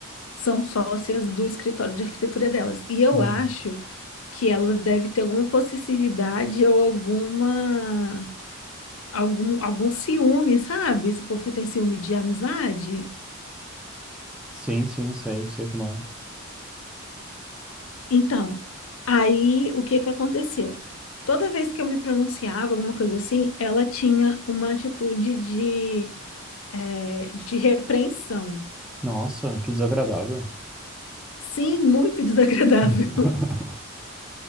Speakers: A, on the left; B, in the centre.
A: são sócias do escritório de arquitetura delas. E eu
B: Uhum.
A: acho que ela deve ter alguma possessividade ou alguma algum, algum ciúme, sabe? Esse povo que tem ciúme de amizade.
B: Sim, sim, sei, sei como é.
A: Então, aí o que que aconteceu? Toda vez que eu me pronunciava, alguma coisa assim, ela tinha uma atitude de, eh, de repreensão.
B: Nossa, que desagradável.
A: Sim, muito <laughs> desagradável.
B: <laughs>